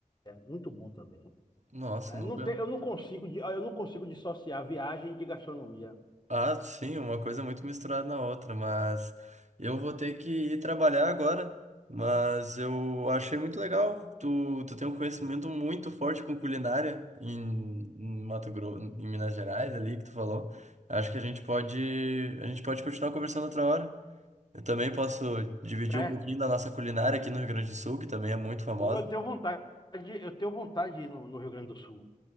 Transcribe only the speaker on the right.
nossa,
nunca.
Ah, sim, uma coisa muito misturada na outra, mas eu vou ter que ir trabalhar agora, mas eu achei muito legal, tu, tu tem um conhecimento muito forte com culinária em, em Mato Grosso, em Minas Gerais ali que tu falou. Acho que a gente pode, a gente pode continuar conversando outra hora. Eu também posso dividir
um pouquinho da nossa culinária aqui no Rio Grande do Sul, que também é muito famosa.